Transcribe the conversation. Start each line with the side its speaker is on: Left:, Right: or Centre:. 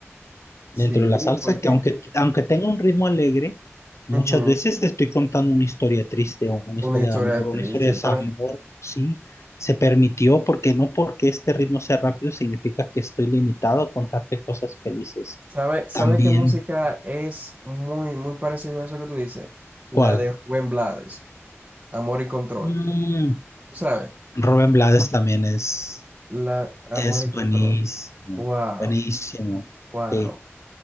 Right: Sí,
Left: dentro de la salsa,
Right: porque
Left: que aunque, aunque tenga un ritmo alegre, muchas
Right: ujú,
Left: veces te estoy contando una historia triste o una
Right: una
Left: historia
Right: historia
Left: de amor,
Right: triste.
Left: una historia de desamor,
Right: Pero,
Left: sí, se permitió porque no porque este ritmo sea rápido significa que estoy limitado a contarte cosas felices.
Right: ¿sabe, sabe
Left: También,
Right: qué música es muy, muy parecido a eso que tú dices? La
Left: ¿cuál?
Right: de Rubén Blades, Amor y Control.
Left: Mm,
Right: ¿Tú ¿Sabes?
Left: Rubén Blades también es
Right: La Amor
Left: Es
Right: y Control.
Left: buenísimo,
Right: Wow,
Left: buenísimo.
Right: wow.
Left: Sí,